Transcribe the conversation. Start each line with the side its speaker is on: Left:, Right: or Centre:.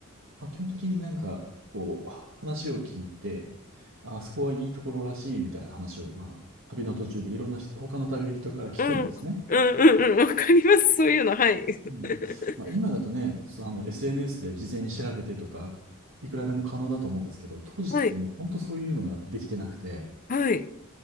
Right: まあ、基本的になんか、こう、話を聞いて、あ、あそこはいいところらしい、みたいな話を、まあ、旅の途中でいろんな人他の旅人から聞くんですね。
Left: うん。うんうんうん。わかります。そういうの。はい。
Right: うん。
Left: <laughs>
Right: まあ、今だとね、そあの、SNS で事前に調べてとか、いくらでも可能だと思うんですけど、当時ってもう本当そういうのができてなくて、
Left: はい。はい。